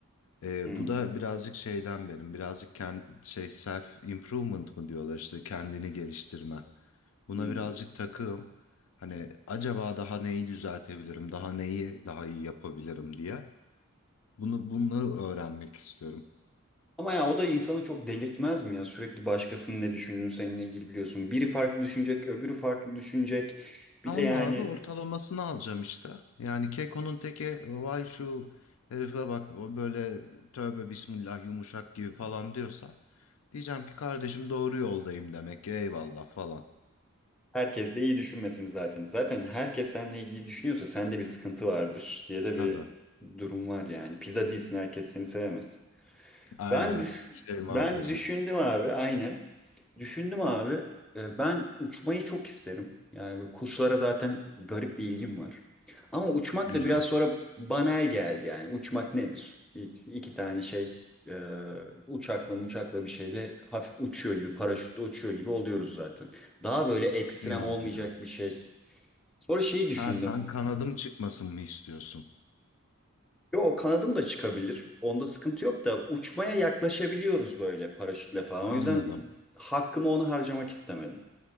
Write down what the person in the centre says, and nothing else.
Hmm,
hmm.
Ama ya o da insanı çok delirtmez mi ya? Sürekli başkasının ne düşündüğünü seninle ilgili biliyorsun. Biri farklı düşünecek, öbürü farklı düşünecek. Bir
de yani
Herkes de iyi düşünmesin zaten. Zaten herkes seninle ilgili düşünüyorsa sende bir sıkıntı vardır diye de
bir durum var yani. Pizza değilsin herkes seni sevemez.
Ben düş
ben
düşündüm abi aynen. Düşündüm abi. E, Ben uçmayı çok isterim. Yani böyle kuşlara zaten garip bir ilgim var. Ama uçmak
da biraz sonra banal geldi yani. Uçmak nedir? İki iki tane şey e, uçakla uçakla bir şeyle hafif uçuyor gibi paraşütle uçuyor gibi oluyoruz zaten. Daha böyle ekstrem
olmayacak
bir şey. Sonra şeyi düşündüm.
Yo kanadım da çıkabilir. Onda sıkıntı yok da uçmaya yaklaşabiliyoruz böyle paraşütle falan.
O yüzden hakkımı ona harcamak istemedim.